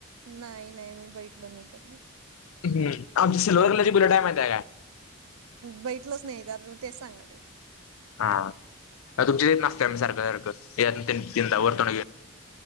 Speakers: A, on the right; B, on the left.
A: नाही नाही मी बैठलो नाही कधी
B: हम् आमची सिल्वर कलरची बिले टाईम येत आहे काय
A: बैठलच नाही तर तेच सांगल
B: हा अ तुमचे ते नात्या सारखं सारखं तनदा वरतो